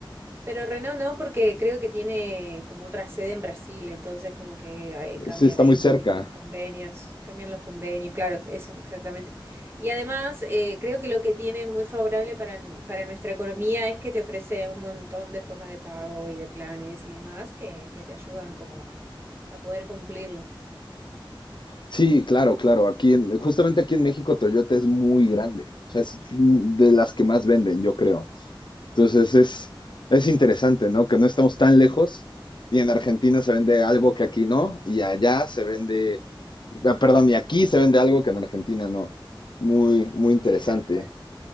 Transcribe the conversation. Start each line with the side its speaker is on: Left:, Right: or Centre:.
Right: Pero Renault no, porque creo que tiene como otra sede en Brasil, entonces como que ahí cambian
Left: sí, está
Right: ahí
Left: muy
Right: un
Left: cerca.
Right: poquito los convenios, cambian los convenios, claro, eso exactamente. Y además, eh, creo que lo que tiene muy favorable para, para nuestra economía es que te ofrece un montón de formas de pago y de planes y demás que, que te ayudan como a, a poder cumplirlo,
Left: Sí, claro, claro. Aquí en- justamente aquí en México Toyota es muy grande. O sea, es de las que más venden, yo creo. Entonces es, es interesante, ¿no? Que no estamos tan lejos y en Argentina se vende algo que aquí no y allá se vende, ah, perdón, y aquí se vende algo que en Argentina no. Muy, muy interesante.
Right: eh, tal cual.